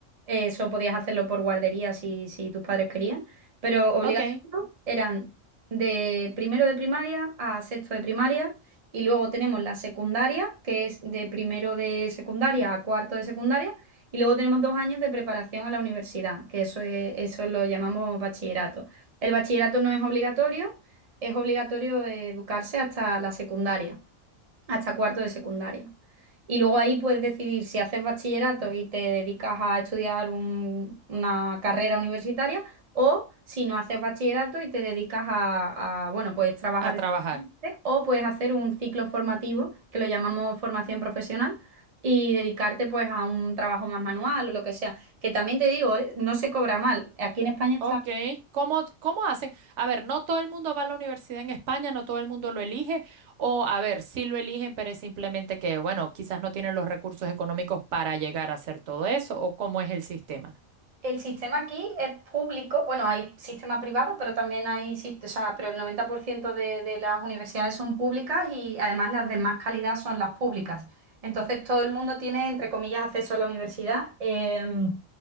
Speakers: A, on the right (about 40°); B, on the right (about 70°).
A: Eh, Eso podías hacerlo por guardería si, si tus padres querían, pero obligatorio
B: Ok,
A: eran de primero de primaria a sexto de primaria y luego tenemos la secundaria, que es de primero de secundaria a cuarto de secundaria y luego tenemos dos años de preparación a la universidad, que eso es- eso lo llamamos bachillerato. El bachillerato no es obligatorio es obligatorio educarse hasta la secundaria, hasta cuarto de secundaria. Y luego ahí puedes decidir si haces bachillerato y te dedicas a estudiar un- una carrera universitaria o si no haces bachillerato y te dedicas a, a, bueno, puedes trabajar
B: a trabajar.
A: directamente o puedes hacer un ciclo formativo que lo llamamos formación profesional y dedicarte pues a un trabajo más manual o lo que sea. Que también te digo, ¿eh? no se cobra mal. Aquí en España está
B: Ok, ¿cómo, cómo hacen? A ver, no todo el mundo va a la universidad en España, no todo el mundo lo elige, o a ver, sí lo eligen, pero es simplemente que, bueno, quizás no tienen los recursos económicos para llegar a hacer todo eso, o cómo es el sistema.
A: El sistema aquí es público, bueno, hay sistema privado, pero también hay, sist- o sea, pero el 90% de, de las universidades son públicas y además las de más calidad son las públicas. Entonces todo el mundo tiene, entre comillas, acceso a la universidad. Em,